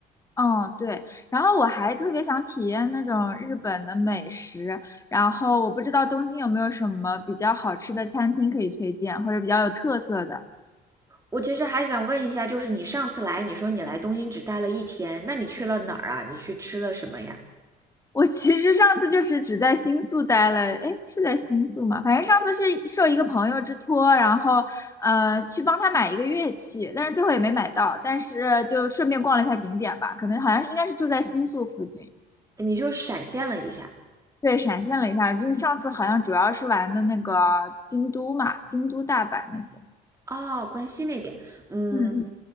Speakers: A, on the left; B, on the right.
A: 嗯，对。然后我还特别想体验那种日本的美食，然后我不知道东京有没有什么比较好吃的餐厅可以推荐，或者比较有特色的。
B: 我其实还想问一下，就是你上次来，你说你来东京只待了一天，那你去了哪儿啊？你去吃了什么呀？
A: 我其实上次就是只在新宿待了，诶，是在新宿吗？反正上次是受一个朋友之托，然后呃去帮他买一个乐器，但是最后也没买到，但是就顺便逛了一下景点吧，可能好像应该是住在新宿附近。
B: 你就闪现了一下
A: 对，闪现了一下，因为上次好像主要是玩的那个京都嘛，京都、大阪那些。
B: 哦，关西那边，嗯，
A: 嗯